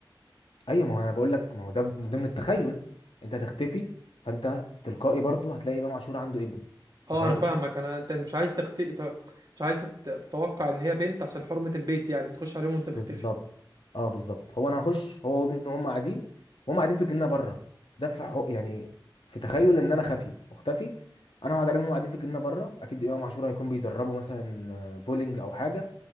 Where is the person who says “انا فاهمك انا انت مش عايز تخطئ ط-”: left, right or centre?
Right